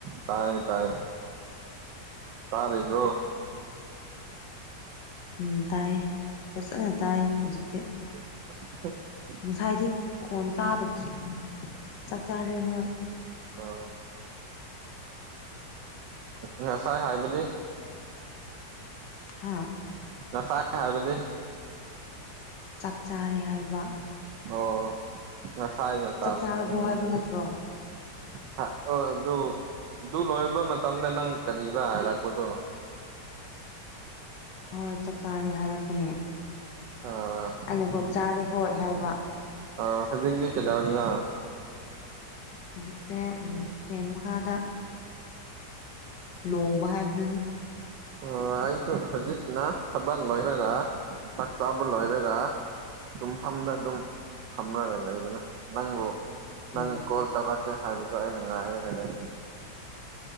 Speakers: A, on the right; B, on the left.
A: ꯇꯥꯏꯌꯦ ꯇꯥꯏꯌꯦ ꯇꯥꯔꯤꯕ꯭ꯔꯣ
B: ꯎꯝ ꯇꯥꯏ ꯐꯖꯅ ꯇꯥꯏ ꯍꯧꯖꯤꯛꯇꯤ
A: ꯍꯥ ꯍꯥ
B: ꯉꯁꯥꯏꯗꯤ ꯀꯣꯟ ꯇꯥꯗꯕꯁꯨ ꯎꯝ ꯆꯥꯛ ꯆꯥꯔꯦ ꯍꯣꯏ
A: ꯑꯣ ꯉꯁꯥꯏ ꯍꯥꯏꯕꯗꯤ
B: ꯍꯥꯥ
A: ꯅꯁꯥꯏ ꯍꯥꯏꯕꯗꯤ
B: ꯆꯥꯛ ꯆꯥꯔꯦ ꯍꯥꯏꯕ
A: ꯑꯣ ꯑꯁꯥꯏꯗ ꯆꯥꯕꯔ
B: ꯆꯥꯛ ꯆꯥꯔꯕꯣ
A: ꯎꯝ
B: ꯍꯥꯏꯕ ꯅꯠꯇ꯭ꯔꯣ
A: ꯍꯥ ꯑꯣ ꯑꯗꯨ ꯑꯗꯨ ꯂꯣꯏꯔꯕ ꯃꯇꯝꯗ ꯅꯪ ꯀꯔꯤꯔꯥ ꯍꯥꯏꯔꯛꯄꯗꯣ
B: ꯍꯣꯏ ꯆꯥꯛ ꯆꯥꯔꯦ ꯍꯥꯏꯔꯛꯄꯅꯦ
A: ꯑꯥ
B: ꯑꯩꯅꯀꯣ ꯆꯥꯔꯦ ꯍꯣꯏ ꯍꯥꯏꯕ
A: ꯑꯣ ꯍꯧꯖꯤꯛꯗꯤ ꯀꯩꯗꯧꯔꯤꯅꯣ
B: ꯍꯧꯖꯤꯛꯁꯦ ꯎꯝ ꯐꯦꯟ ꯃꯈꯥꯗ ꯂꯣꯡꯕ ꯍꯥꯏꯕꯗꯨꯅꯤ
A: ꯑꯣ ꯑꯩꯁꯨ ꯍꯧꯖꯤꯛꯅ ꯊꯕꯛ ꯂꯣꯏꯔꯒ ꯆꯥꯛ ꯆꯥꯕ ꯂꯣꯏꯔꯒ ꯇꯨꯝꯐꯝꯗ ꯑꯗꯨꯝ ꯐꯝꯂꯒ ꯂꯩꯕꯅꯦ ꯅꯪꯕꯨ ꯅꯪ
B: ꯎꯝ
A: ꯀꯣꯜ ꯇꯧꯔꯛꯀꯦ ꯍꯥꯏꯕꯗꯣ ꯑꯩꯅ ꯉꯥꯏꯔꯒ ꯂꯩꯕ